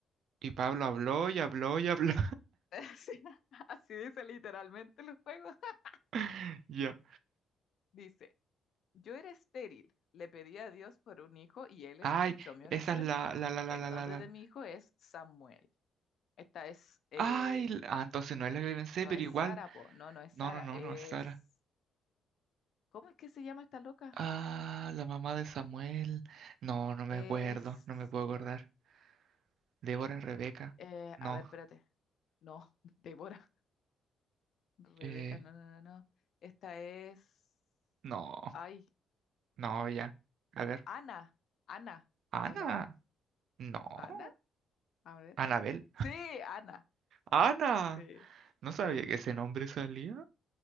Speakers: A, on the right; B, on the left.
A: Y Pablo habló y habló y habló.
B: <laughs> Así, así dice literalmente el juego. <laughs>
A: <laughs> Ya.
B: Dice, yo era estéril, le pedí a Dios por un hijo y él
A: Ay,
B: escuchó mi oración.
A: esa es la, la, la, la,
B: El
A: la,
B: nombre
A: la, la.
B: de mi hijo es Samuel. Esta es, eh,
A: Ay, la- ah, entonces no es la que pensé,
B: no
A: pero
B: es
A: igual.
B: Sara, po. No, no es
A: No,
B: Sara,
A: no, no,
B: es...
A: no es Sara.
B: ¿Cómo es que se llama esta loca?
A: Ah, la mamá de Samuel. No, no me
B: Es...
A: acuerdo, no me puedo acordar. Débora, Rebeca.
B: Eh,
A: No,
B: a ver, espérate. No, <laughs> Débora, Rebeca,
A: eh,
B: no, no, no, no. Esta es.
A: no,
B: Ay,
A: no, ya. A ver,
B: Ana, Ana,
A: Ana.
B: ¿o no?
A: No,
B: Ana, a ver.
A: Anabel.
B: Sí, Ana.
A: Ana.
B: Sí,
A: No sabía
B: sí.
A: que ese nombre salía.